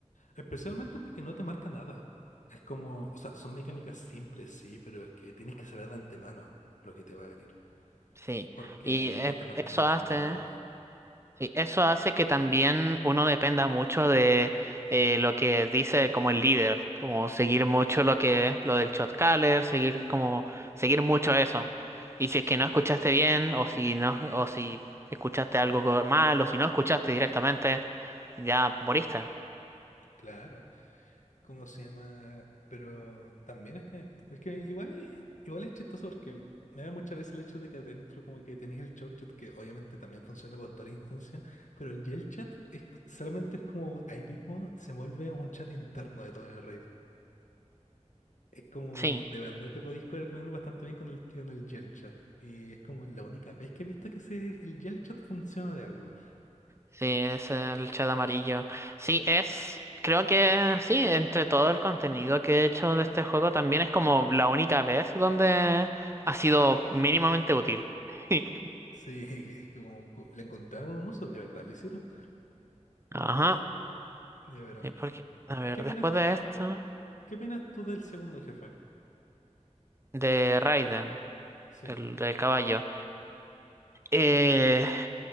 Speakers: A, on the left; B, on the right.
A: especialmente porque no te marca nada. Es como, o sea, son mecánicas simples, sí, pero es que tienes que saber de antemano lo que te va a venir,
B: Sí,
A: porque
B: y eh,
A: no te marca
B: eso
A: nada
B: hace,
A: en ningún momento.
B: sí, eso hace que también uno dependa mucho de eh, lo que dice como el líder, como seguir mucho lo que lo del shot caller, seguir como seguir mucho eso. Y si
A: Sí,
B: es que no escuchaste bien o si no o si escuchaste algo co- mal o si no escuchaste directamente, ya moriste.
A: claro. ¿Cómo se llama? Pero también es que, es que igual es, igual es chistoso porque me da mucha risa el hecho de que adentro como que tenéis el show chat que obviamente también funciona con todas las instancias, pero el Yell chat es, solamente es como ahí mismo se vuelve un chat interno de toda la red. Es como,
B: Sí.
A: de verdad te podéis coordinar bastante bien con el, con el Yell chat. Y es como la única vez que he visto que ese, el Yell chat funciona de algo.
B: Sí, es el chat amarillo. Sí, es. Creo que sí, entre todo el contenido que he hecho de este juego, también es como la única vez donde ha sido mínimamente útil. <laughs>
A: Sí, <laughs> es como cu- le encontraron un uso, de verdad lo hicieron.
B: Ajá.
A: Ya, pero,
B: Sí, porque. A ver,
A: ¿qué opinas?
B: después de esto.
A: ¿Qué opinas tú del segundo jefe?
B: De Raiden,
A: Sí,
B: el del caballo. Eh.